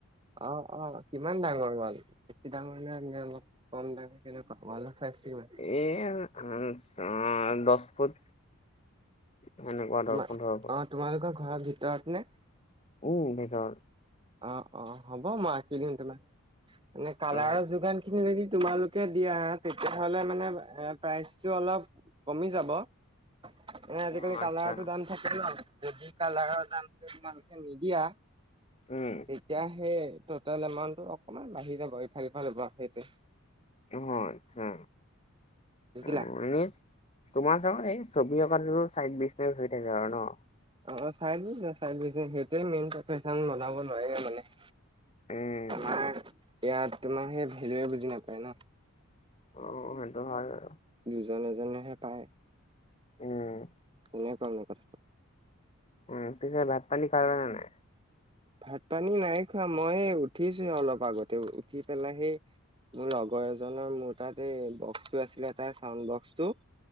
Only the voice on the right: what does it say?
অঁ অঁ কিমান ডাঙৰ ৱাল? বেছি ডাঙৰ নে অলপ কম ডাঙৰ কেনেকুৱা ৱালৰ চাইজ কিমান?
তোমাৰ
অঁ তোমালোকৰ ঘৰৰ ভিতৰত নে?
অ অ হ'ব মই আঁকি দিম তোমাক এনে কালাৰৰ
যোগান খিনি যদি তোমালোকে দিয়া তেতিয়া হলে মানে প্ৰাইচটো অলপ কমি যাব। মানে আজিকালি
কালাৰটো দাম থাকে যদি কলাৰৰ দামটো তোমালোকে নিদিয়া
তেতিয়া সেই টটেল এমাউন্টটো অকনমান বাঢ়ি যাব ইফাল ইফাল হব সেইটোৱে।
বুজিলা।
অ চাই লৈছে চাই লৈছে সেইটোৱে মেইন পফেশ্বন বনাব নোৱাৰে মানে
আমাৰ
ইয়াত তোমাৰ সেই ভেলুয়ে বুজি নাপায় ন
দুজন এজনেহে পায়
নাই ক নাই কৰা <unintelligible>
ভাত-পানী নাই খোৱা মই উঠিছো হে অলপ আগতে উ উঠি পেলাই সেই মোৰ লগৰ এজনৰ মোৰ তাত এই বক্সটো আছিলে তাৰ চাউড বক্স টো